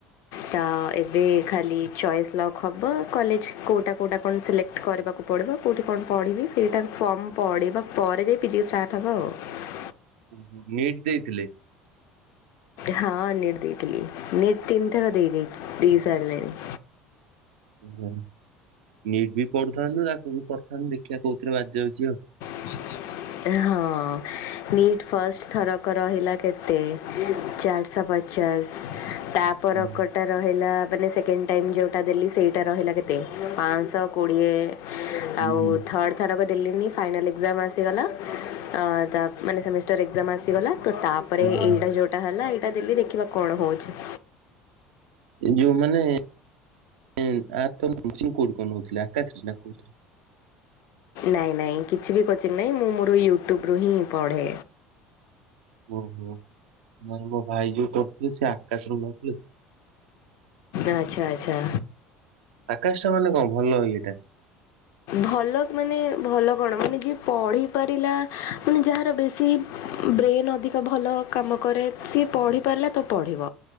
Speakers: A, on the left; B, on the right.
A: ତ ଏବେ ଖାଲି ଚଏସ୍ ଲକ ହବ, କଲେଜ କୋଉଟା କୋଉଟା କଣ ସିଲେକ୍ଟ କରିବାକୁ ପଡିବ କୋଉଠି କଣ ପଢିବି ସେଇଟା ଫର୍ମ ପଢିବା ପରେ ଯାଇ ପିଜି ଷ୍ଟାର୍ଟ ହବ ଆଉ।
B: ଓହୋ ନିଟ୍ ଦେଇଥିଲେ?
A: ହଁ ନିଟ୍ ଦେଇଥିଲି, ନିଟ୍ ତିନିଥର ଦେଇ ଦେଇଚି ଦେଇ ସାରିଲିଣି।
B: ହୁଁ ନିଟ୍ ବି ପଢୁଥାନ୍ତୁ, ତାକୁ ବି କରୁଥାନ୍ତୁ ଦେଖିବା କୋଉଥିରେ ବାଜି ଯାଉଚି ଆଉ।
A: ହଁ ନିଟ୍ ଫାଷ୍ଟ ଥରକ ରହିଲା କେତେ ଚାର ଶହ ପଚାଶ ତାପର
B: ହୁଁ,
A: କଟା ରହିଲା ମାନେ ସେକେଣ୍ଡ ଟାଇମ୍ ଯୋଉଟା ଦେଲି ସେଇଟା ରହିଲା କେତେ ପାଞ୍ଚଶହ କୋଡ଼ିଏ
B: ହୁଁ,
A: ଆଉ ଥର୍ଡ ଥରକ ଦେଲିିନି ଫାଇନାଲ ଏ ଏକ୍ସାମ ଆସିଗଲା ଅଁ ତା ମାନେ ସେମିଷ୍ଟର ଏକ୍ସାମ ଆସିଗଲା ତ ତାପରେ
B: ହୁଁ,
A: ଏଇଟା
B: ହୁଁ।
A: ଯୋଉ ଏଟା ହେଲା, ଏଇଟା ଦେଲି ଦେଖିବା କଣ ହଉଛି।
B: ଯୋଉ ମାନେ <inaudible> କୋଚିଂ କୋଉଠି କଣ ନଉଥିଲେ ଆକାଶରେ ନା କୋଉଥିରେ?
A: ନାଇଁ ନାଇଁ କିଛି ବି କୋଚିଂ ନାଇଁ, ମୁଁ ମୋର ୟୁଟ୍ୟୁବ ରୁ ହିଁ ପଢ଼େ।
B: ଓହୋ ନାଇଁ ମୋ ଭାଇ ଯୋଉ କରୁଥିଲେ ସେ ଆକାଶରୁ ନଉଥିଲେ ତ।
A: ଆଚ୍ଛା ଆଚ୍ଛା।
B: ଆକାଶଟା ମାନେ କଣ ଭଲ ଇଏ ଟା?
A: ଭଲ ମାନେ ଭଲ କଣ ମାନେ ଯିଏ ପଢ଼ିପାରିଲା, ମାନେ ଯାହାର ବେଶୀ ବ୍ରେନ୍ ଅଧିକା ଭଲ କାମ କରେ ସିଏ ପଢ଼ିପାରିଲା ତ ପଢ଼ିବ।